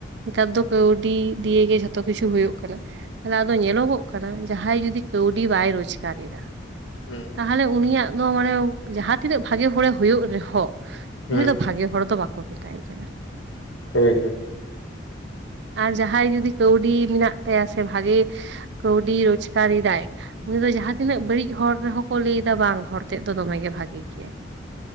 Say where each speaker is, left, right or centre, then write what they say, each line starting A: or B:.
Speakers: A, on the right; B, on the left.
A: ᱱᱮᱛᱟᱨ ᱫᱚ ᱠᱟᱹᱣᱰᱤ ᱫᱤᱭᱮ ᱜᱮ ᱡᱷᱚᱛᱚ ᱠᱤᱪᱷᱩ ᱦᱩᱭᱩᱜ ᱠᱟᱱᱟ᱾ ᱛᱟᱦᱚᱞᱮ ᱟᱫᱚ ᱧᱮᱞᱚᱜᱚᱜ ᱠᱟᱱᱟ ᱡᱟᱦᱟᱭ ᱡᱩᱫᱤ ᱠᱟᱹᱣᱰᱤ ᱵᱟᱭ ᱨᱳᱡᱽᱜᱟᱨ ᱮᱫᱟ
B: ᱦᱮᱸ
A: ᱛᱟᱦᱟᱞᱮ ᱩᱱᱤᱭᱟᱜ ᱫᱚ ᱢᱟᱱᱮ ᱡᱟᱦᱟᱸ ᱛᱤᱱᱟᱹᱜ ᱵᱷᱟᱜᱮ ᱦᱚᱲᱮ ᱦᱩᱭᱩᱜ ᱨᱮᱦᱚᱸ
B: ᱦᱩᱸ
A: ᱩᱱᱤ ᱫᱚ ᱵᱷᱟᱜᱮ ᱦᱚᱲ ᱛᱚ ᱵᱟᱠᱚ ᱠᱮᱛᱟᱭᱮ ᱠᱟᱱᱟ
B: ᱦᱩᱸ ᱦᱩᱸ
A: ᱟᱨ ᱡᱟᱦᱟᱭ ᱡᱩᱫᱤ ᱠᱟᱹᱣᱰᱤ ᱢᱮᱱᱟᱜ ᱛᱟᱭᱟ ᱥᱮ ᱵᱷᱟᱜᱤ ᱠᱟᱹᱣᱰᱤ ᱨᱳᱡᱜᱟᱨᱮᱫᱟᱭ, ᱩᱱᱤ ᱫᱚ ᱡᱟᱦᱟ ᱛᱤᱱᱟᱹᱜ ᱵᱟᱹᱲᱤᱡ ᱦᱚᱲ ᱨᱮᱦᱚᱸ ᱠᱚ ᱞᱟᱹᱭ ᱫᱟ ᱵᱟᱝ ᱦᱚᱲ ᱛᱮᱫ ᱫᱚ ᱫᱚᱢᱮ ᱜᱮ ᱵᱷᱟᱜᱮ ᱜᱮᱭᱟᱭ᱾